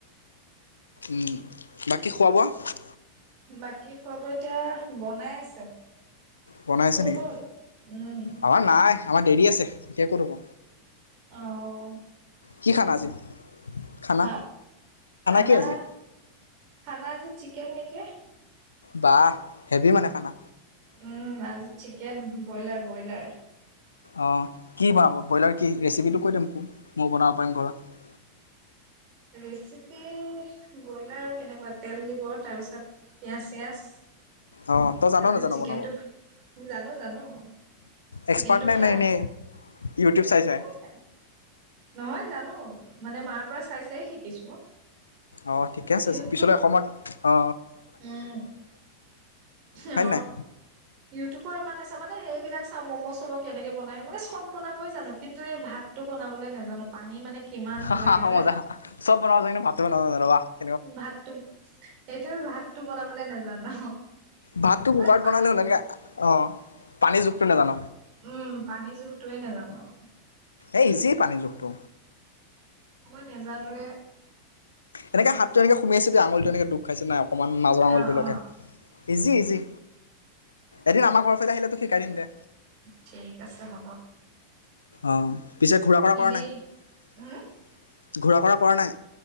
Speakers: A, on the left (about 75°); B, on the right (about 40°).
A: উম বাকী খোৱা বোৱা
B: বাকী খোৱাব এতিয়া বনাই আছে
A: বনাই আছে
B: টোৰ
A: নেকি
B: হল উম
A: আমাৰ নাই আমাৰ দেৰি আছে এতিয়া ক'ত হ'ব
B: অ অ
A: কি খালা আজি খানা
B: হা খানা
A: কি আজি
B: খানা আজি চিকেন নে ক <unintelligible>
A: বাহ হেভি মানে খানা
B: উম আজি চিকেন ব্ৰইলাৰ ব্ৰইলাৰ
A: অ কি বনাব ব্ৰইলাৰ কি ৰেচিপিটো কৈ দে মোকো মই বনাব পাৰিম ঘৰত
B: ৰেচিপি ব্ৰইলাৰ কেনেকুৱা তেল দিব তাৰপিছত পিয়াজ চিয়াজ তাৰপিছত
A: অঁ তই জান নাজান
B: চিকেনটো
A: বনাব
B: জানো জানো
A: এক্সপাৰ্ট
B: চিকেনটো
A: নে
B: ফ্ৰাই
A: নে এনেই ইউটিউব চাই
B: মানে
A: চাই
B: নহয় জানো মানে মাৰ পৰা চাই চাই শিকিছো
A: অ ঠিকে আছে
B: ইউটিউব
A: পিছলৈ এসময়ত অ
B: উম
A: হয়
B: অ
A: নাই
B: ইউটিউবৰ ইমান নেচাও মানে মানে সেইবিলাক চাওঁ ম'ম' চম' কেনেকে বনাই মানে চব বনাব জানো কিন্তু এই ভাতটো বনাবলৈ নাজানো পানী মানে কিমান
A: হা
B: লাগে
A: হা
B: যে
A: মজা চব বনাব জান কিন্তু ভাতটো বনাব নাজান ৱাহ
B: ভাতটো সেইটো ভাতটো বনাবলে নাজানো
A: ভাতটো
B: মানে
A: কুকাৰত
B: পা
A: বনালে হ'ল এনেকৈ অঁ পানী জুখটো নেজান
B: উম পানীৰ জোখটোৱে নেজানো
A: এই ইজি পানী জুখটো
B: মই নেজানোৱে
A: এনেকে হাতটো এনেকে সোমীয়াই চাবি আঙুলিটো এনেকে ডুব খাইছে নাই অকণমান মাজৰ আঙলিটোৰ
B: অ
A: লৈকে
B: অ
A: ইজি ইজি এদিন আমাৰ ঘৰৰ ফালে আহিলে তোক শিকাই দিম দে
B: ঠিক আছে হ'ব
A: অ পিছে ঘূৰা ফূৰা
B: এনেই
A: কৰা নাই
B: উম
A: ঘূৰা ফূৰা কৰা নাই